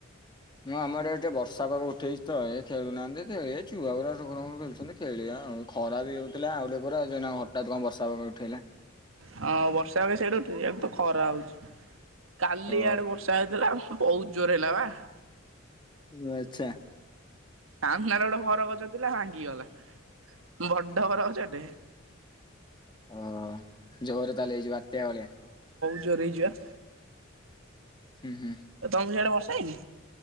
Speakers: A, on the left; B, on the right.
A: ନାଁ ଆମ ଆଡ଼େ ଆଜି ଟିକେ ବର୍ଷା ପାଗ ଉଠେଇଛି ତ ଏ ଖେଳୁନାହାଁନ୍ତି ଖେଳିବେ ଛୁଆ ଗୁରା ଠୁକୁରୁ ମୁକୁରୁ ଖେଳୁଛନ୍ତି ଖେଳିଆ ଆଉ। ଖରା ବି ହଉଥିଲା ଆଉ ଟିକେ ପରେ ଆଜି ଏଇନା ହଠାତ୍ କଣ ବର୍ଷା ପାଗ ଉଠେଇଲା।
B: ହଁ ବର୍ଷା ବି ସେଇଠୁ ଉଠେଇଛି ଆଡ଼େ ତ ଖରା ହଉଛି। କାଲି
A: ଓ
B: ଆଡେ ବର୍ଷା ହେଇଥିଲା ବହୁତ। ଜୋର ହେଲା ବା।
A: ଓ ଆଚ୍ଛା।
B: ସାମ୍ନାରେ ଗୋଟେ ଭର ଗଛ ଥିଲା ଭାଙ୍ଗିଗଲା। ବଡ଼ ବର ଗଛ ଟେ।
A: ହଁ ଜୋରେ କାଲି ହେଇଚି ବାତ୍ୟା ଭଳିଆ?
B: ଜୋରରେ ହେଇଚି ବା।
A: ହୁଁ ହୁଁ
B: ଆଉ ତମ ସିଆଡେ ବର୍ଷା ହେଇନି?